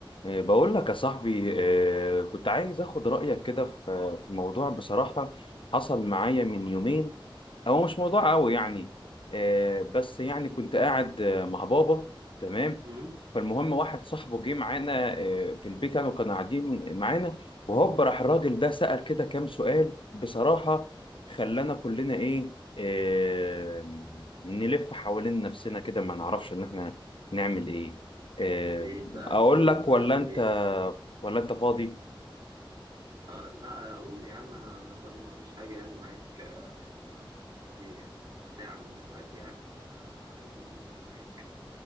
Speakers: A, on the left; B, on the right.
A: إيه، بقول لك يا صاحبي إيه، كنت عايز اخد رأيك كده في في موضوع بصراحة حصل معايا من يومين هو مش موضوع قوي يعني إيه، بس يعني كنت قاعد آه، مع بابا تمام
B: امم
A: فالمهم واحد صاحبه جه معانا آه، في البيت يعني وكانوا قاعدين معانا وهوب راح الراجل ده سأل كده كام سؤال بصراحة خلانا كلنا ايه آه، نلف حوالين نفسنا كده ما نعرفش ان احنا نعمل ايه آه،
B: ليه سألكم
A: اقول لك ولا
B: قال
A: انت
B: إيه؟
A: ولا انت فاضي
B: آه لا أقول يا عم أنا أنا فاضي ما وريش حاجة يعني معاك آه، يعني أنا هو فاضي ساعة من دلوقتي يعني فعادي يقول أنا معاك